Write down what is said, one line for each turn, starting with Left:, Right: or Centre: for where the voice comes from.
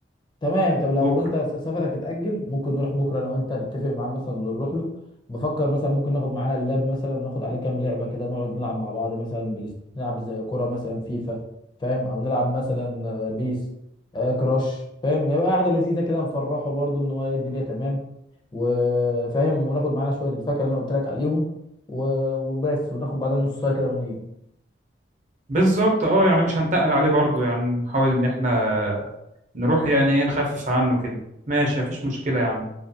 Left: تمام طب لو
Right: بكره
Left: انت س- سفرك اتأجل ممكن نروح بكره انا وانت نتفق معاه مثلا ونروح له بفكر مثلا ممكن ناخد معانا اللاب مثلا وناخد عليه كام لعبه كده نقعد نلعب مع بعض مثلا بلاي ست- نلعب زي كوره مثلا فيفا فاهم او نلعب مثلا آه، بيس آه، كراش فاهم يبقى قاعده لذيذه كده نفرحه برضه ان هو ايه الدنيا تمام وفاهم وناخد معانا شويه الفاكهه اللي انا قلت لك عليهم و- وبس وناخد بعدها نص ساعه كده ونيجي
Right: بالظبط اه يعني مش هنتقل عليه برضو يعني نحاول ان احنا نروح يعني ايه نخفف عنه كده ماشي مفيش مشكله يا عم